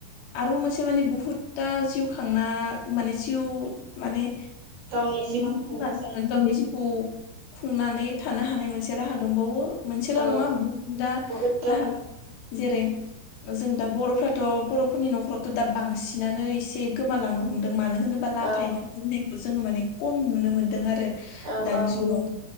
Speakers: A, on the left; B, on the right.
A: आरो मोनसे माने बुहुदतथा जिउ खांना माने जिउ माने
B: गावनि जिउखौ
A: म
B: खुंना
A: म
B: जायो
A: बेसखौ <unintelligible> खुंनानै थानो हानाय मोनसे राहा दंबावो मोनसेल'
B: औ
A: नङा बुहुदता
B: बहुद दं
A: राहा जेरै जों दा बर'फ्राथ' बर'फोरनि न'खरावथ' दा बांसिनानो एसे गोमालांनो हमदों मान मानो होनोब्ला लाथा
B: औ
A: एम्फौ फनायखौ जोङो माने खम नुनो मोन्दों आरो
B: औ
A: दानि
B: औ
A: जुगाव ।